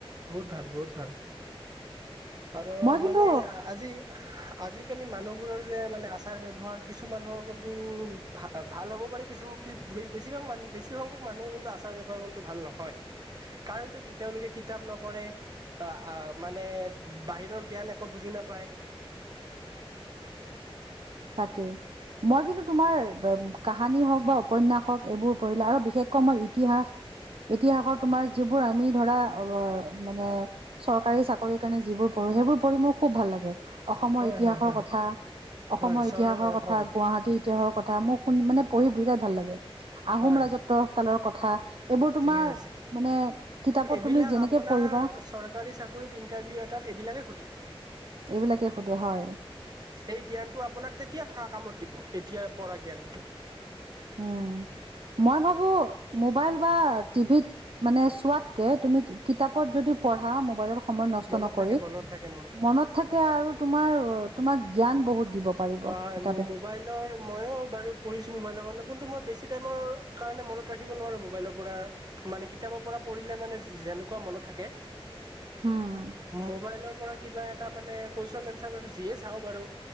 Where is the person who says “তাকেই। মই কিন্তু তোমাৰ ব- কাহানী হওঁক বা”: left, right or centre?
Right